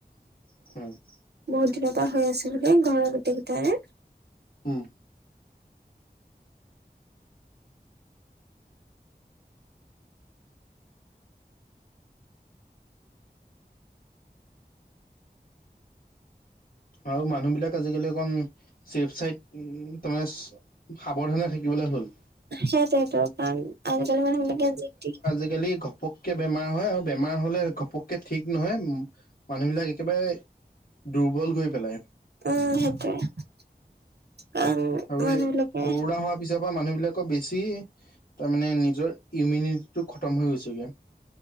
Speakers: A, on the left (about 60°); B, on the right (about 80°).
A: <unintelligible>
B: বহুত দিনৰ পৰা হৈ আছিলোঁ হেই ঘৰৰ গোটেই গিটাৰে।
A: উম। আৰু মানুহ বিলাক আজিকালি অকন চেফ চাইত উ, তাৰমানে চা সাৱধানে থাকিবলে হ'ল।
B: সেইটোৱেটো পান আজিকালি মানুহ বিলাকে যি তি
A: <unintelligible> ঘপককে বেমাৰ হয় আৰু বেমাৰ হ'লে ঘপককে ঠিক নহয়। উম মানুহবিলাক একেবাৰে দুৰ্বল কৰি পেলাই।
B: উম সেটোৱে। কাৰণ
A: আৰু
B: মানুহ
A: এই
B: বিলাকে
A: কৰোণা হোৱাৰ পিছৰ পা মানুহ বিলাকক বেছি তাৰ মানে নিজৰ ইউমিনিটিটো খতম হৈ গৈছেগে।